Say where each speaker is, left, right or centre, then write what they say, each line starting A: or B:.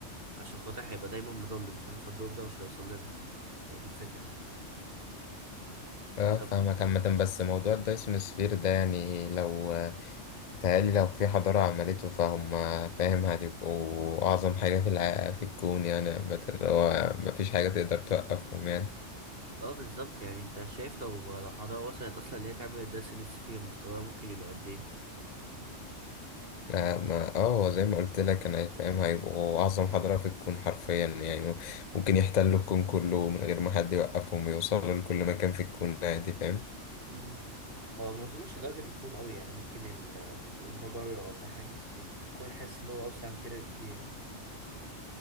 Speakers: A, on the right (about 50°); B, on the left (about 40°).
A: عشان خاطر هيبقى دايما مضلم فاهم فالدور ده مش هيوصل لنا فهي دي الفكرة يعني.
B: أه
A: طب
B: فاهمك عامة بس موضوع الدايسون سفير ده يعني لو بيتهيألي لو في حضارة عملته فهم فاهم هتبقوا أعظم حاجة في الع... في الكون يعني عامة هو مفيش حاجة تقدر توقفهم يعني
A: اه بالظبط يعني انت شايف لو لو حضارة وصلت اصلا اللي هي تعمل دايسنس فيه مستواها ممكن يبقى قد
B: آه، ما اه هو زي ما قلت لك انا فاهم هيبقوا اعظم حضاره في الكون حرفيا يعني ممكن يحتلوا الكون كله من غير ما حد يوقفهم يوصلوا لكل مكان في الكون عادي فاهم
A: ايه؟ هو ما اظنش درجة الكون قوي يعني ممكن ال- المجرة ولا حاجة الكون حاسس اللي هو أوسع من كده بكتير